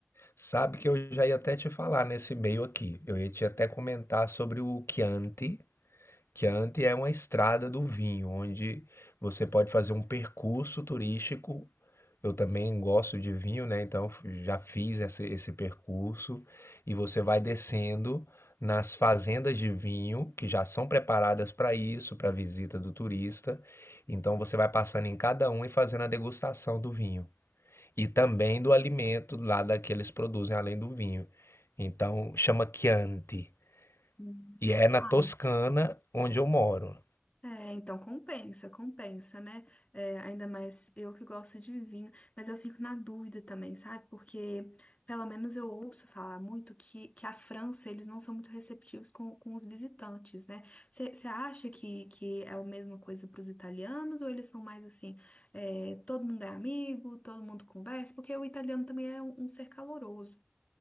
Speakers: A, on the left; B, on the left.
A: Sabe que eu já ia até te falar nesse meio aqui. Eu ia te até comentar sobre o Chianti. Chianti é uma estrada do vinho, onde você pode fazer um percurso turístico. Eu também gosto de vinho, né? Então f- já fiz esse, esse percurso e você vai descendo nas fazendas de vinho que já são preparadas para isso, para a visita do turista. Então você vai passando em cada um e fazendo a degustação do vinho e também do alimento lá da que eles produzem, além do vinho. Então, chama Chianti.
B: Hum.
A: E é na
B: Ah,
A: Toscana, onde eu moro.
B: É, então compensa, compensa, né? É, ainda mais eu que gosto de vinho, mas eu fico na dúvida também, sabe? Porque pelo menos eu ouço falar muito que, que a França, eles não são muito receptivos com, com os visitantes, né? Você acha que, que é a mesma coisa para os italianos ou eles são mais assim, é, todo mundo é amigo, todo mundo conversa? Porque o italiano também é um, um ser caloroso.